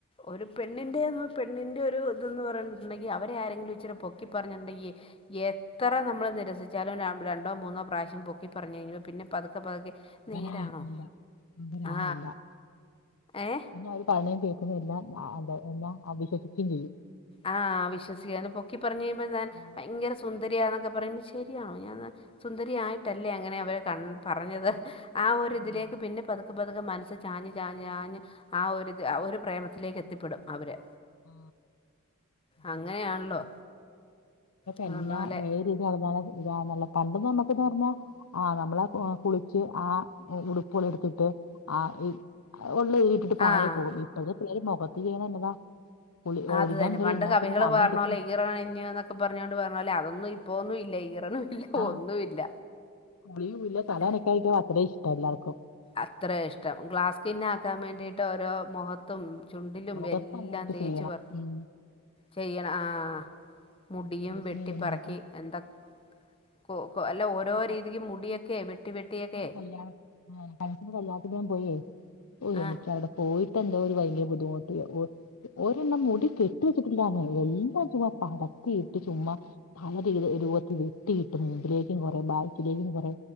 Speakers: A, on the left; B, on the left.
A: ഒരു പെണ്ണിന്റെ പെണ്ണിന്റെ ഒരു ഇതന്ന് പറഞ്ഞിട്ടുണ്ടെങ്കി അവരെ ആരെങ്കിലും ഇച്ചിരി പൊക്കി പറഞ്ഞിട്ടണ്ടെങ്കിൽ എ ഇത്ര നമ്മൾ നിരസിച്ചാലും രണ്ടോമൂന്നോ പ്രാവശ്യം പൊക്കി പറഞ്ഞു കഴിഞ്ഞ്പോൾ പിന്നെ പതുക്കെ പതുക്കെ
B: അവനാണ്
A: നേരാണോ
B: എല്ലാം അവനാണ്
A: ആ
B: എല്ലാം
A: ഏ
B: പിന്നെ അവര് പറയുന്നത് കേൾക്കുന്ന എല്ലാം എല്ലാംഅവിശോസിക്കും ചെയ്യും
A: ആഹ് വിശ്വസിക്കുക അ പൊക്കി പറഞ്ഞ കഴിയ്പോൻ
B: ആ,
A: ഭയങ്കര സുന്ദരിയാ എന്നൊക്കെ പറയുമ്പോ ശരിയാ ഞാൻ സുന്ദരിയായിട്ടല്ലേ അങ്ങനെ അവരെ ഒക്കെ അങ്ങിനെ പറഞ്ഞത് ആ ഒരിതിലേക്ക്
B: ഉം,
A: പിന്നെ പതുക്കെ പതുക്കെ മനസ്സ് ചാഞ് ചാഞ് ചാഞ് ആ ഒരു ഒരു പ്രേമത്തിലേക്ക് എത്തിപ്പെടും അവര്
B: ആ, അങ്ങനെ.
A: അങ്ങനെയാണല്ലോ എന്ന്
B: എന്നാ
A: പറഞ്ഞ പോലെ
B: ഏത് രീതിനടന്നാല ഇതാ നല്ലെ പണ്ട് നമ്മുക്ന്ന് പറഞ്ഞാ ആ നമ്മള അ കുളിച്ച് ആ ഉടുപ്പളിടുത്തിട്ട് ആ ഉള്ള ഇട്ടിട്ട് പാഴെ
A: ആഹ്
B: പോകും ഇപ്പഴത്തെ പേര് മുഖത്ത് ചെയ്യുന്നത് എന്നതാ കുളി ഒരുങ്ങാൻ
A: അത് തന്നെ
B: ഇവര്
A: പണ്ട്
B: എല്ലാത്തിനും
A: കവികള്
B: സമയം
A: പറഞ്ഞപോലെ
B: എടുക്കും
A: ഈറനണിഞ്ഞ് നോ ക്കെ പറഞ്ഞുകോണ്ട് പറഞ്ഞാപോലെ അതൊന്നും ഇപ്പോന്നുല്ല ഈറനും ഇല്ല
B: ആഹ
A: ഒന്നുമില്ല
B: കുളിയുംല്ല തലനനക്കായിട്ടോ
A: ഏ,
B: അത്രയും ഇഷ്ടല്ലാർക്കും
A: അത്ര ഇഷ്ടം ഗ്ലാസ്കിന്നക്കാൻ വേണ്ടിട്ട് ഓരോ മുഖത്തും ചുണ്ടിലും
B: മുഖത്ത്
A: എല്ലാം
B: അങ്ങോട്ട്
A: തേച്ച്
B: ചെയ്യണം
A: പർ
B: ഉം
A: ചെയ്യണം ആഹ മുടിയും
B: ലേശം
A: വെട്ടി
B: ചെയ്തോണ്ട്
A: പറക്കി
B: നടക്കണം
A: എന്താ കൊ കൊ അല്ല
B: <inaudible>
A: ഓരോ രീതിക്ക് മുടിയൊക്കെ വെട്ടി വെട്ടിയൊക്കെ
B: കല്യാണ കല്യാണത്തിൻ ഞാൻ പോയേ ഓ
A: ആ
B: എനിക്ക് അവിടെ പോയി ന്തൊരു ഭയങ്കര ബുദ്ധിമുട്ട് ഒ ഒരെണ്ണം മുടി കെട്ടിവച്ചിട്ടില്ല നെ എല്ലാം ചുമ്മ പട ത്തിയിട്ട് ചുമ്മ പല രീ രൂപത്തി വെത്തിയിട്ട് മുമ്പിലേ ലേക്ക് കുറെ ബാക്കിലേക്കും കുറെ